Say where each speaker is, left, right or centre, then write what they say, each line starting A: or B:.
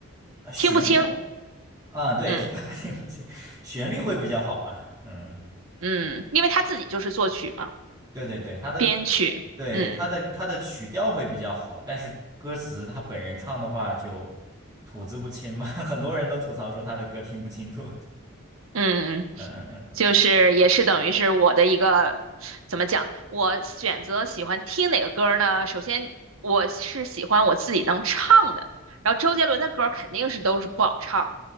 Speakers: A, on the right; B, on the right.
A: 呃旋律，
B: 听不清。
A: 嗯，对，
B: 嗯
A: 听不 <laughs> 听不清，旋律会比较好吧，嗯，
B: 嗯，因为他自己就是作曲嘛，
A: 对对对，他的
B: 编曲。
A: 对他的他的曲调会比较好，
B: 嗯。
A: 但是歌词他本人唱的话就吐字不清嘛，<laughs> 很多人都吐槽说他的歌听不清楚，
B: 嗯，
A: 嗯嗯嗯，
B: 就是也是等于是我的一个，
A: 对，
B: 怎么讲？我选择喜欢听哪个歌儿呢？首先我是喜欢我自己能唱的，然后周杰伦的歌儿肯定是都是不好唱的，